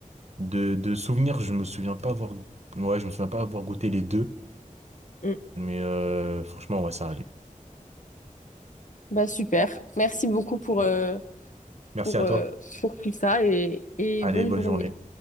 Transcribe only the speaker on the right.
De, de souvenirs, je me souviens pas avoir. Ouais, je me souviens pas avoir goûté les deux.
Mais euh, franchement, ouais, ça allait.
Ah, Merci
à
toi.
Allez,
bonne
journée.